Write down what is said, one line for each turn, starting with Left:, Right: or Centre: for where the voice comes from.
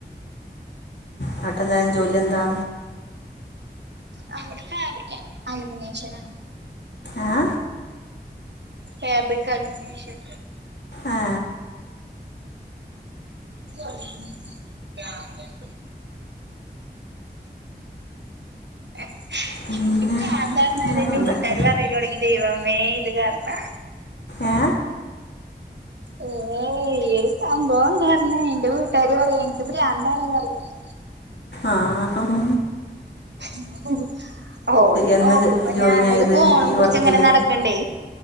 Left: പട്ടെന്തായും ജോലിെന്താ
Right: <unintelligible> ഫാബ്രിക് അലൂമിനിയേഷണ
Left: ഏ
Right: ഫബ്രക് കലിമിനേഷൻ
Left: ആ
Right: <unintelligible> <unintelligible>
Left: പിന്നെ വേറെന്തൊക്കെ
Right: തുടങ്ങി ദൈവമേ ഇത് കാരണം
Left: ഏ
Right: ഏ ഈ ഒരു സംഭവം കാരണ എന്റെ വീട്ടുകാര് പറയാ എനിക്കിപ്പ രന്താാണ് റിയ <unintelligible>
Left: ആഹ്
Right: ഉ <unintelligible> ഓ ഹൊ ഓ
Left: എന്നാ
Right: നോക്കുമ്പോ
Left: ജോയിൻ
Right: ഞാനൊരു
Left: ആയത്
Right: ഫോണും
Left: ഈ
Right: പൂടിച്ച
Left: വർക്കിൽ
Right: ങ്ങനെ നടക്ണ്ടേ